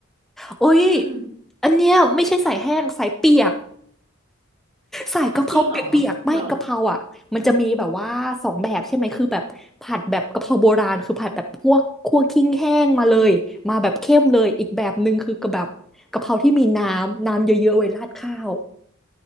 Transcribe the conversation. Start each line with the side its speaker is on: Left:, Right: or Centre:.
Centre: โอ้ย
Right: อืม
Centre: อันเนี้ยไม่ใช่ใส่แห้งใส่เปียก สายกะเพราเปียกๆไม่กะเพราอ่ะมันจะมีแบบว่าสองแบบใช่ไหมคือแบบผัดแบบกะเพราโบราณคือผัดแบบคัวกคั่วขิ้งแห้งมาเลยมาแบบเข้มเลยอีกแบบหนึ่งคือกะแบบกะเพราที่มีน้ำน้ำเยอะๆไว้ราดข้าว
Right: อ๋อจริงเหรอเหรอ